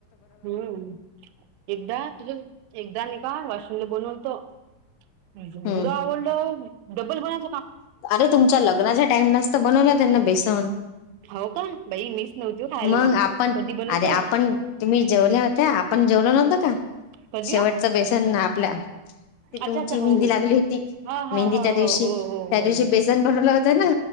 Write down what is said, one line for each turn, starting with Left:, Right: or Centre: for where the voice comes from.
Right: हं, एकदा तुझं एकदा नही का वाश बनवनतो, एवढं
Left: हम्
Right: आवडलं डबल बनय
Left: अरे तुमच्या लग्नाच्या टाइमलाचत बनवलं त्यांना बेसन.
Right: हो का बाई मीच नव्हती हो खायला
Left: मग आपण,
Right: कधी बनवतो
Left: अरे आपण तुम्ही जेवल्या होत्या, आपण जेवलो नव्हत का.
Right: कधी
Left: शेवटच
Right: ओ
Left: बेसन ना आपल्या त
Right: अच्छा
Left: तुमची
Right: अच्छा हो
Left: मेहंदी
Right: हो.
Left: लागली होती,
Right: हा हा
Left: मेहंदीच्या
Right: हा
Left: दिवशी
Right: हो हो
Left: त्या
Right: हो
Left: दिवशी बेसन बनवला होता ना.